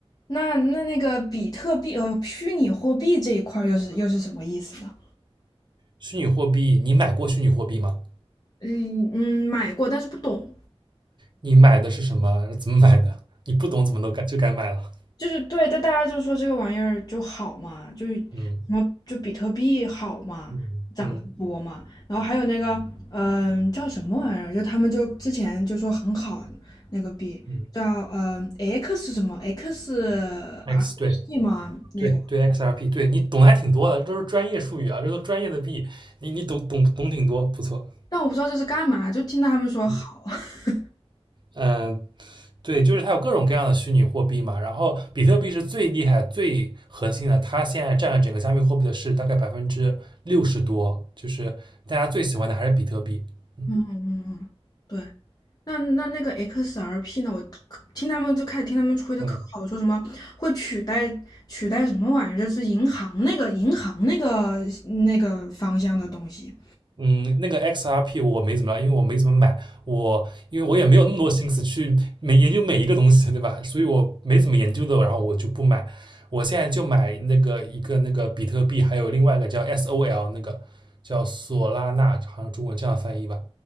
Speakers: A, on the left; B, on the right.
A: 那那那个比特币呃虚拟货币这一块儿又是又是什么意思呢？
B: 虚拟货币，你买过虚拟货币吗？
A: 嗯嗯，买过但是不懂，
B: 你买的是什么？怎么买的？你不懂怎么都敢就敢买了。
A: 就是对，但大家就说这个玩意儿就好嘛，就是
B: 嗯
A: 什么就比特币好嘛，
B: 嗯嗯
A: 涨得多嘛，然后还有那个嗯、叫什么玩意儿，就他们就之前就说很好那个币叫嗯、
B: 嗯
A: 呃 X 什么 XRP
B: ，X 对
A: 嘛那个，
B: 对对 XRP，对你懂的还挺多的，这都是专业术语啊，这都专业的币，你你懂懂懂挺多，不错。
A: 但我不知道这是干嘛，就听到他们说好，
B: 嗯
A: <laughs>
B: 嗯，对，就是它有各种各样的虚拟货币嘛，然后比特币是最厉害、最核心的，它现在占了整个加密货币的市值大概百分之六十多，就是大家最喜欢的还是比特币。嗯
A: 嗯嗯嗯，对。那那那个 XRP 呢？我听他们就开始听他们吹的可好，
B: 嗯。
A: 说什么会取代取代什么玩意儿？就是银行那个银行那个那个方向的东西，
B: 嗯，那个 XRP 我没怎么着，因为我没怎么买，我因为我也没有那么多心思去每研究每一个东西，对吧？所以我没怎么研究的，然后我就不买。我现在就买那个一个那个比特币，还有另外一个叫 SOL，那个叫索拉纳，好像中文这样翻译吧，